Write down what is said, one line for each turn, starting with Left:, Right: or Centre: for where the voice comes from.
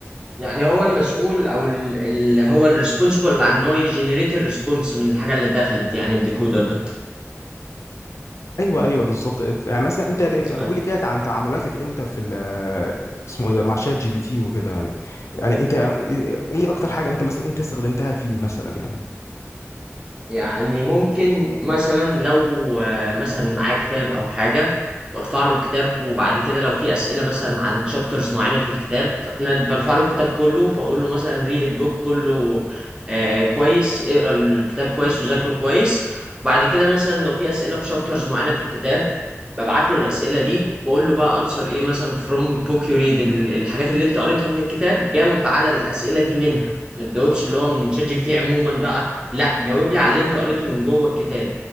Right: يعني هو المسؤول او ال- اللي هو الريسبونسبل عن ان هو يجنريت الريسبونس من الحاجه اللي دخلت يعني الديكودر
Left: ايوه ايوه بالظبط يعني مثلا انت ليه- قولي
Right: ده
Left: كده عن تعاملاتك انت في ال- اسمه إيه ده مع شات جي بي تي وكده يعني يعني انت ايه اكتر حاجه انت مثلا انت استخدمتها فيه مثلا يعني
Right: يعني ممكن مثلا لو آه، مثلا معاه كتاب او حاجه برفع له كتاب وبعد كده لو في اسئله مثلا عن شابترز معينه في الكتاب فانا برفع له الكتاب كله بقول له مثلا ريد البوك كله آه كويس اقرا الكتاب كويس وذاكره كويس وبعد كده مثلا لو في اسئله في شابترز معينه في الكتاب ببعت له الاسئله دي وبقول له بقى انسر ايه مثلا فروم بوك يو ريد الحاجات اللي انت قريتها من الكتاب جاوب على الاسئله دي منها ما تجاوبش اللي هو من شات جي بي تي عموما بقى لا جاوب لي على اللي انت قريته من جوه الكتاب